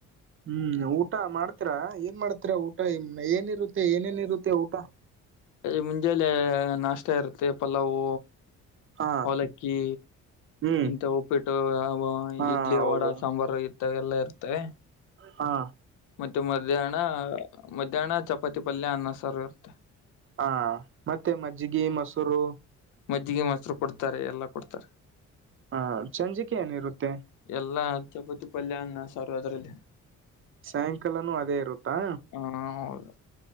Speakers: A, on the right (about 45°); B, on the left (about 80°).
A: ಹ್ಮ್ ಊಟ ಮಾಡ್ತಿರಾ ಏನ್ ಮಾಡ್ತಿರ ಊಟ ಇನ್ನ್ ಏನಿರುತ್ತೆ ಏನೇನ್ ಇರುತ್ತೆ ಊಟ.
B: ಅಜಿ ಮುಂಜಾಲೆ ನಾಷ್ಟ ಇರುತ್ತೆ ಪಲ್ಲಾವು
A: ಹಾ
B: ಅವಲಕ್ಕಿ.
A: ಹ್ಮ್
B: ಇಂತ ಉಪ್ಪಿಟ್ಟು ಆವು
A: ಹಾ
B: ಇಡ್ಲಿ
A: ಹೌದು
B: ವಡಾ ಸಾಂಬಾರು ಇತ್ತ ಎಲ್ಲಾ ಇರ್ತವೆ.
A: ಹಾ.
B: ಮತ್ತೆ ಮಧ್ಯಾಹ್ನ ಮಧ್ಯಾಹ್ನ ಚಪಾತಿ ಪಲ್ಯ ಅನ್ನ ಸಾರ್ ಇರುತ್ತೆ.
A: ಹಾ ಮತ್ತೆ ಮಜ್ಜಿಗಿ ಮಸೂರು.
B: ಮಜ್ಜಿಗೆ ಮಸ್ರು ಕೊಡ್ತಾರೆ ಎಲ್ಲಾ ಕೊಡ್ತಾರೆ.
A: ಹಾ ಚೆಂಜಿಕೆ ಏನಿರುತ್ತೆ.
B: ಎಲ್ಲಾ ಅತ್ಯಬುತ್ತಿ ಪಲ್ಯಾ ಅನ್ನ ಸಾರ್ ಅದ್ರಲ್ಲಿ.
A: ಸಾಯಂಕಾಲನುೂ ಅದೇ ಇರುತ್ತಾ.
B: ಹಾ ಹೌದು.